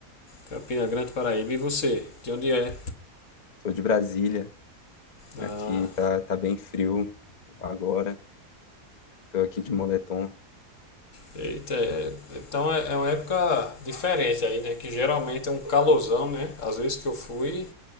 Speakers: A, on the left; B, on the left.
A: Campina Grande, Paraíba. E você? De onde é?
B: Sou de Brasília. Aqui
A: Ah,
B: tá, tá bem frio agora. Tô aqui de moletom.
A: eita, é- então é, é uma época diferente aí, né? Que geralmente é um calorzão, né? Às vezes que eu fui,